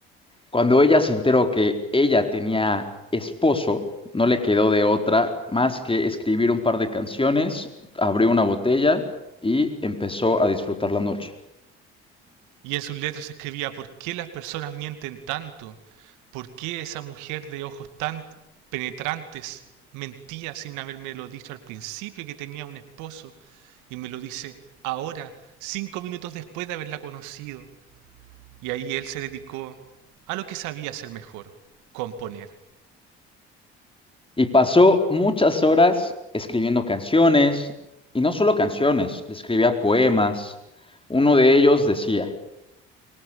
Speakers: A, on the left; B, on the right.
A: cuando ella se enteró que ella tenía esposo, no le quedó de otra más que escribir un par de canciones, abrió una botella y empezó a disfrutar la noche.
B: Y en sus letras escribía ¿Por qué las personas mienten tanto? ¿Por qué esa mujer de ojos tan penetrantes mentía sin habérmelo dicho al principio que tenía un esposo y me lo dice ahora, cinco minutos después de haberla conocido? Y ahí él se dedicó a lo que sabía hacer mejor, componer.
A: Y pasó muchas horas escribiendo canciones, y no solo canciones, le escribía poemas. Uno de ellos decía,